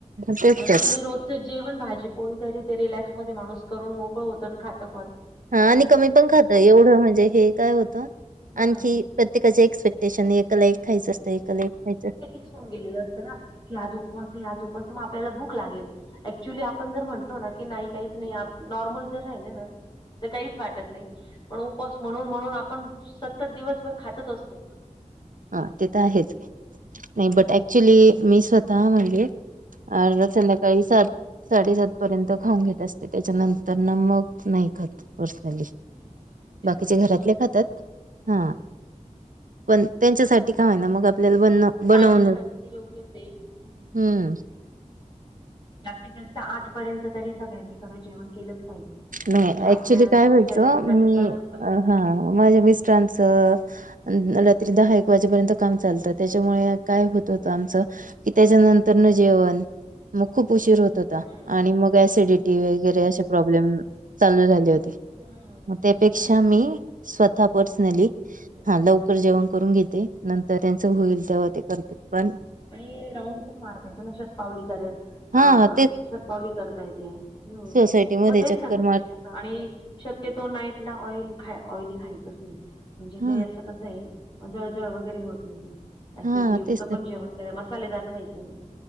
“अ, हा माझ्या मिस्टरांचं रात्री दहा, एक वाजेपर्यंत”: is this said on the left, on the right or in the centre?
Right